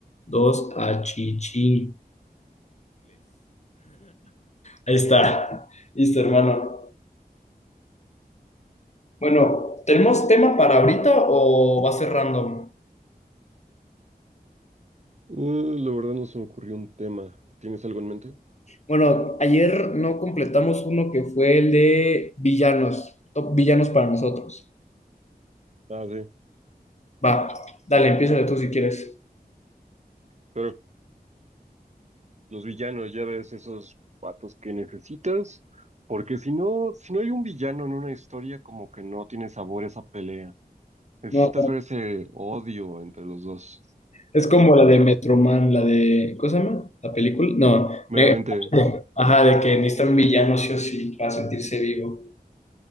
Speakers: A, on the left; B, on the right.
A: dos achichincles. Ahí está, <laughs> listo, hermano. Bueno, ¿tenemos tema para ahorita o va a ser random?
B: Eh, la verdad no se me ocurrió un tema. ¿Tienes algo en mente?
A: Bueno, ayer no completamos uno que fue el de villanos, top villanos para nosotros.
B: Ah, sí.
A: Va, dale, empieza tú si quieres.
B: Pero los villanos, ya ves, esos patos que necesitas. Porque si no, si no hay un villano en una historia, como que no tiene sabor esa pelea. Necesitas
A: No,
B: ver ese odio entre los dos.
A: Es como la de Metroman, la de. ¿Cómo se llama? ¿La película? No.
B: Megamente.
A: me- Ajá, de que necesitan villanos sí o sí para sentirse vivo.